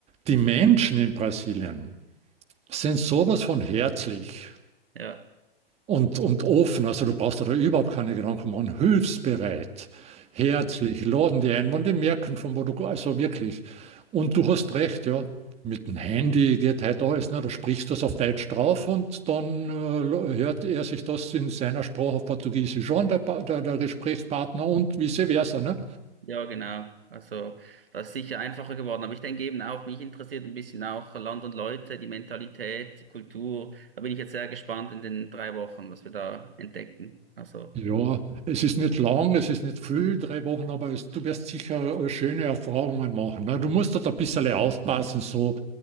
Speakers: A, on the right; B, on the right.
A: die Menschen in Brasilien, sind sowas von herzlich
B: Ja.
A: und, und offen. Also du brauchst dir da überhaupt keine Gedanken machen. Hilfsbereit, herzlich, laden die ein, wenn die merken, von wo du Also wirklich. Und du hast recht, ja. Mit dem Handy geht halt alles. Ne? Du sprichst das auf Deutsch drauf und dann äh, hört er sich das in seiner Sprache auf Portugiesisch an, der, Pa- der, der Gesprächspartner und vice versa. Ne?
B: Ja, genau. Also das ist sicher einfacher geworden. Aber ich denke eben auch, mich interessiert ein bisschen auch Land und Leute, die Mentalität, die Kultur. Da bin ich jetzt sehr gespannt in den drei Wochen, was wir da entdecken. Also,
A: Ja, es ist nicht lang, es ist nicht viel, drei Wochen, aber es, du wirst sicher äh, schöne Erfahrungen machen. Ne? Du musst dort ein bisschen aufpassen, so